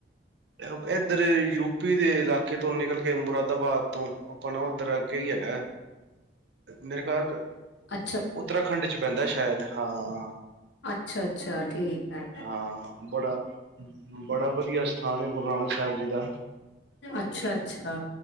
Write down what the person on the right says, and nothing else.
ਇਹ ਇਧਰ ਯੂ ਪੀ ਦੇ ਇਲਾਕੇ ਤੋਂ ਨਿਕਲ ਕੇ ਮੁਰਾ ਬਾਦ ਤੋਂ ਆਪਨਾ ਉੱਧਰ ਅਗੇ ਹੀ ਹੈਗਾ ਐ, ਮੇਰੇ ਖਿਆਲ
ਉੱਤਰਾਖੰਡ ਚ ਪੈਂਦਾ ਸ਼ਾਇਦ, ਹਾਂ।
ਹਾਂ ਬੜਾ, ਬੜਾ ਵਧੀਆ ਸਥਾਨ ਹੈ ਗੁਰੂ ਨਾਨਕ ਸਾਹਿਬ ਜੀ ਦਾ